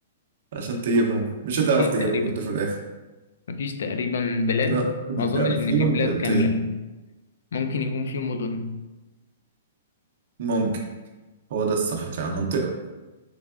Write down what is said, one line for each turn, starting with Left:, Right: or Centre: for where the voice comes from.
Right: عشان تجيبها مش
Left: مفيش
Right: هتعرف تجيبها
Left: تقريبا
Right: برضه في الاخر
Left: مفيش تقريبا بلاد
Right: لا في
Left: ما
Right: منطقة
Left: اظنش ان
Right: في منطقتين
Left: في بلاد كاملة ممكن يكون في مدن
Right: ممكن هو ده الصح فعلا منطقة